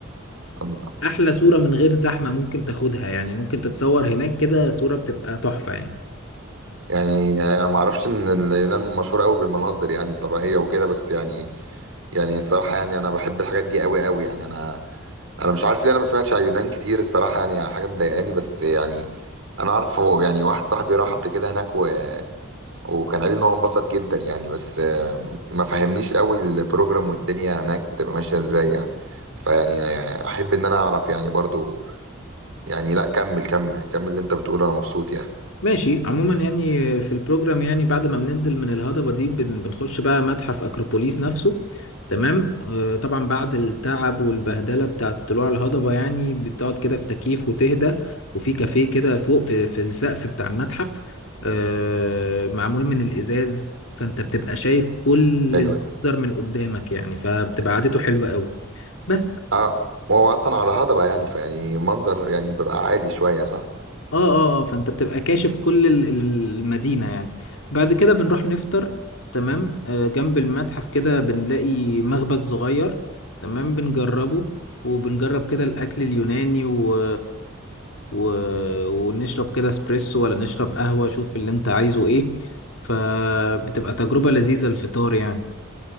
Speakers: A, on the right; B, on the left.
A: <laughs>
B: احلى صورة من غير زحمة ممكن تاخدها يعني ممكن تتصور هناك كده صورة بتبقى تحفة يعني
A: يعني آه، انا ما اعرفش ان اليونان مشهوره قوي بالمناظر يعني الطبيعيه وكده بس يعني يعني الصراحه يعني انا بحب الحاجات دي قوي قوي يعني انا انا مش عارف ليه انا ما سمعتش عن اليونان كتير الصراحه يعني حاجه مضايقاني بس يعني انا اعرف يعني واحد صاحبي راح قبل كده هناك و... وكان قال لي ان هو انبسط جدا يعني بس آه، ما فهمنيش قوي البروجرام والدنيا هناك بتبقى ماشيه ازاي يعني فيعني آه، احب ان انا اعرف يعني برضو يعني لا كمل كمل كمل اللي انت بتقوله انا مبسوط يعني
B: ماشي عموما يعني في البروجرام يعني بعد ما بننزل من الهضبة دي بن- بنخش بقى متحف أكروبوليس نفسه تمام آه، طبعا بعد التعب والبهدلة بتاعة طلوع الهضبة يعني بتقعد كده في تكييف وتهدى وفي كافيه كده فوق في, في السقف بتاع المتحف آه، معمول من الإزاز فأنت بتبقى شايف كل
A: حلو
B: المنظر من قدامك يعني فبتبقى قعدته حلوة قوي بس
A: اه وهو اصلا على هضبة يعني فيعني منظر يعني بيبقى عالي شوية صح
B: اه اه اه فانت بتبقى كاشف كل ال- ال- المدينة يعني بعد كده بنروح نفطر تمام آه جنب المتحف كده بنلاقي مخبز صغير تمام بنجربه وبنجرب كده الأكل اليوناني و... و... ونشرب كده اسبريسو ولا نشرب قهوة شوف اللي انت عايزه ايه فبتبقى تجربة لذيذة الفطار يعني